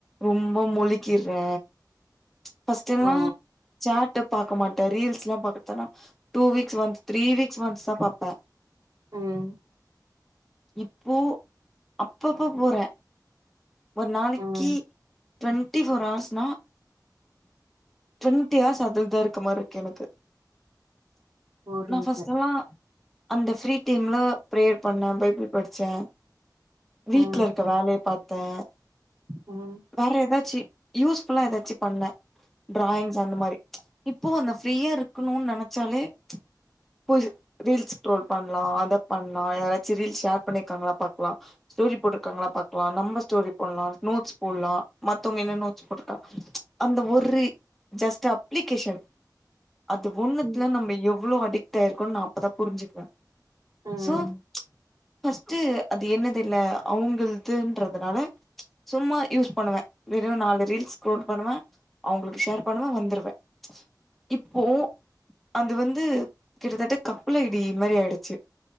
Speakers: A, in the centre; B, on the right (about 55°).
A: ரொம்ப மூழ்க்கிற்றே ஃபஸ்ட் எல்லா
B: ஓ
A: சாட் பாக்க மாட்ட ரீல்ஸ்லா பாத்தனா two weeks once three weeks once தா பாப்பே
B: ம்
A: இப்போ அப்பப்ப போறே ஒரு நாளிக்கி
B: ம்
A: டுவெண்ட்டி ஃபோர் ஹார்ஸ்னா ட்வெண்ட்டி ஹார்ஸ் அதுல்தா இருக்க மாரி இர்கு எனக்கு
B: புரியுது
A: நா பஸ்டல்லா அந்த ஃப்ரீ டைம்ல ப்ரேயர் பண்ணேன் பைபிள் படிச்சேன் வீட்ல
B: ம்
A: இருக்க வேலய பாத்தேன்
B: ம்
A: வேற ஏதாச்சி யூஸ்ஃபுல்லா ஏதாச்சி பண்ணேன் டிராயிங்ஸ் அந்த மாரி இப்போ அந்த ஃப்ரீயா இருக்கணும்னு நெனச்சாலே பு ரீல்ஸ் ஸ்ரோல் பண்ணலா த பண்ணலா யாராச் ரில்ஸ் ஷேர் பண்ணிருக்காங்களா பாக்கலா ஸ்டோரி போட்டுக்கங்களா பாக்கலா நம் ஸ்டோரி போடலாம் நோட்ஸ் போடலாம் மத்தவங்க என்ன நோட்ஸ் போட்டுக்காங்க அந்த ஒரு ஜஸ்ட் அப்ளிகேஷன் அது ஒண்ணுத்துல
B: ம்
A: நம்ப எவ்ளோ அடிக்ட் ட்டாயிருக்கோம்னு நா அப்பதா புரிஞ்சுக்கிறேன்
B: ம்
A: சோ ஃபர்ஸ்ட்டு அது என்னுது இல்ல அவங்களதுன்ற னால சும்மா யூஸ் பண்ணுவேன் வெறும் நாலு ரீல்ஸ் ஸ்ரோல் பண்ணுவேன் அவங்களுக்கு ஷேர் பண்ணுவேன் வந்துருவேன் இப்போ அது வந்து கிட்டத்தட்ட கப்புல் ஐடி மாறி ஆயிடுச்சு